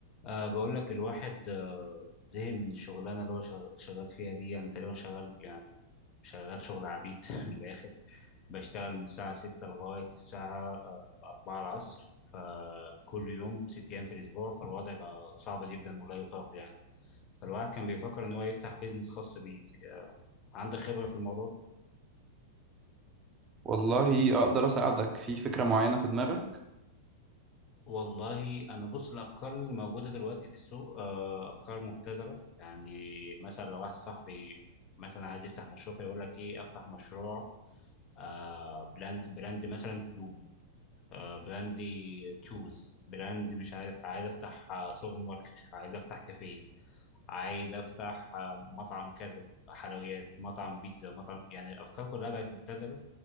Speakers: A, on the left; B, on the right.
A: أه بقول لك الواحد آه، زهق من الشغلانة اللي هو شغ- شغال فيها دي أنا تقريبا شغال يعني شغال شغل عبيد <laughs> من الآخر بشتغل من الساعة ستة لغاية الساعة آه، أربعة العصر فكل يوم ست أيام في الأسبوع فالوضع بقى صعب جدا ولا يطاق يعني فالواحد كان بيفكر إن هو يفتح بيزنس خاص بيه آه، عندك خبرة في الموضوع ده؟
B: والله اقدر اساعدك في فكرة معينة في دماغك
A: والله انا بص الافكار اللي موجوده دلوقتي في السوق آه، افكار مبتذله يعني مثلا لو واحد صاحبي مثلا عايز يفتح مشروع فيقول لك ايه افتح مشروع آه، براند براند مثلا هدوم آه، براند تشوز براند مش عارف عايز افتح آه، سوبر ماركت <laughs> عايز افتح كافيه عايز افتح آه، مطعم كذا حلويات مطعم بيتزا مطعم يعني الافكار كلها بقت مبتذله